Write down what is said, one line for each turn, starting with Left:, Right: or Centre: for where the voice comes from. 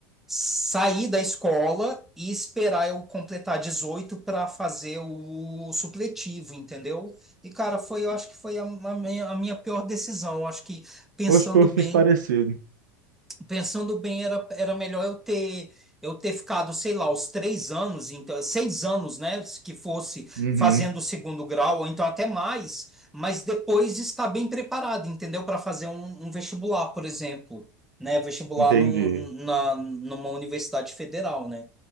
Centre: sair da escola e esperar eu completar 18 para fazer o supletivo, entendeu? E cara, foi, eu acho que foi a, a minha, a minha pior decisão, eu acho que pensando
Right: Oxe, pô, eu fiz
Centre: bem,
Right: parecido.
Centre: Pensando bem, era, era melhor eu ter eu ter ficado, sei lá, os três anos, então, seis anos, né? Que fosse
Right: Uhum,
Centre: fazendo o segundo grau, ou então até mais, mas depois estar bem preparado, entendeu? Para fazer um, um vestibular, por exemplo, né? Vestibular
Right: entendi,
Centre: no, na, numa universidade federal, né?